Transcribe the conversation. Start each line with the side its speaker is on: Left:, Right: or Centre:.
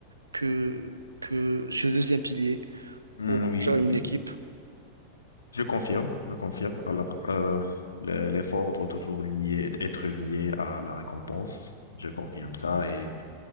Right: que, que ce deuxième pilier
Left: Hmm,
Right: pour
Left: oui,
Right: gérer
Left: oui,
Right: une équipe.
Left: je confirme, je confirme. Alors, euh, le- l'effort doit toujours lié, être lié à la récompense, je confirme ça. Et,